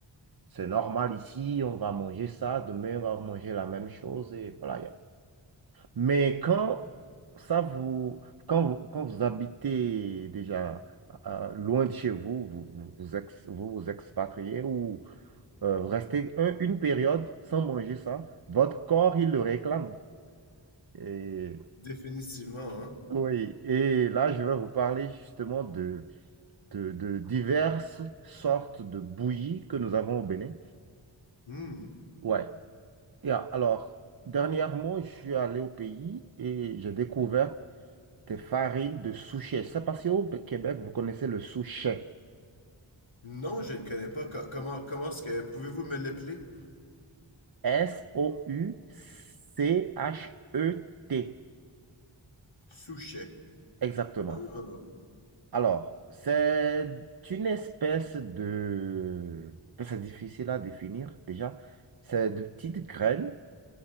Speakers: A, on the right (about 50°); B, on the left (about 80°).
A: c'est normal ici, on va manger ça, demain on va manger la même chose, et voilà, Mais quand ça vous, quand vous, quand vous habitez déjà euh, loin de chez vous, vous vous, vous ex- vous vous expatriez ou euh, vous restez un- une période sans manger ça, votre corps, il le réclame. Et,
B: définitivement, hein?
A: oui, et là, je vais vous parler justement de, de, de diverses sortes de bouillies que nous avons au Bénin.
B: Hmm.
A: Ouais. Et alors, dernièrement, je suis allé au pays et j'ai découvert de farine de souchet. C'est parce qu'au Québec, vous connaissez le souchet.
B: Non, je ne connais pas. Co- comment comment est-ce que pouvez-vous me l'appeler?
A: S-O-U-C-H-E-T.
B: Souchet.
A: Exactement.
B: Ah,
A: Alors, c'est une espèce de... C'est difficile à définir déjà. C'est de petites graines